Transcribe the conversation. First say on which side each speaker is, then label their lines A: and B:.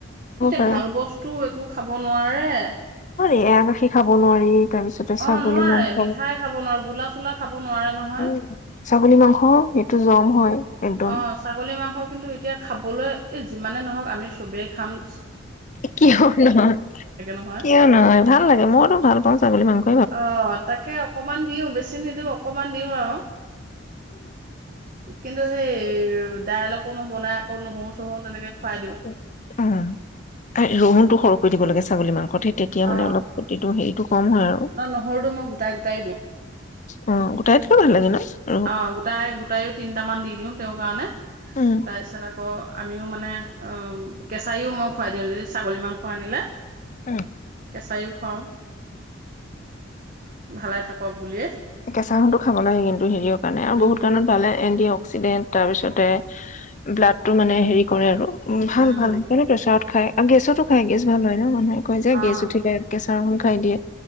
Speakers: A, on the right (about 45°); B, on the left (about 40°).
A: এতিয়া
B: পাৰে
A: ভাল বস্তুও একো খাব নোৱাৰে।
B: এয়া গাখীৰ খাব নোৱাৰি। তাৰপিছতে
A: অ
B: ছাগলী
A: ', নোৱাৰে,
B: মাংস
A: মিঠাই খাব নোৱাৰে গোলা-চোলা খাব নোৱাৰে নহয়।
B: উম ছাগলী মাংস সেইটো জম হয় একদম
A: অ', ছাগলী মাংস কিন্তু এতিয়া খাবলৈ এই যিমানে নহক আমি চবেই খাম চ
B: এ', কিহৰ নহয়।
A: নহয়
B: কিয় নহয় ভাল লাগে। মইতো ভাল পাওঁ ছাগলী মাংস
A: অ' তাকে অকমান দিও বেছি নিদিও অকমান দিও আ- অ। কিন্তু হেই দাইল অকনো বনাই আকৌ নহৌ- চহৌ তেনেকে খুৱাই দিওঁ
B: উম্ তাই ৰহুণটো সৰুকৈ দিব লাগিছিল। ছাগলী মাংসত। এই তেতিয়া
A: অ
B: মানে অলপ ক্ষতিটো হেৰিটোক কম হয় আৰু
A: ন নহৰুটো মই গোটাই গোটাই দিওঁ
B: অ গোটাই থলেও ভাল লাগে ন? ৰহুন
A: অ গোটাই গোট, তাৰেও তিনটামান দি দিওঁ তেওঁৰ কাৰণে।
B: উম
A: তাৰ পিছত আকৌ অ আমিও মানে অ কেঁচাইও মই খুৱাই দিওঁ যদি ছাগলী মাংস আনিলে।
B: উম
A: কেঁচাইও খুৱাওঁ। ভালে থাকক বুলিয়েই।
B: কেঁচা <unintelligible> খাব লাগে কিন্তু। হেৰিয় কাৰণে আৰু
A: উম
B: বহুত কাৰণত ভালে এণ্টি অ- অক্সিডেণ্ট তাৰপিছতে ব্লাডটো মানে হেৰি কৰে আৰু। উম্ ভাল
A: উম
B: ভাল সেইকাৰণে প্ৰেছাৰত খায়। আৰু গেছতো খাই গেছ ভাল হয় ন মানুহে। কৈ যে
A: অ
B: গেছ উঠিলে <unintelligible> তামুল খাই দিয়ে।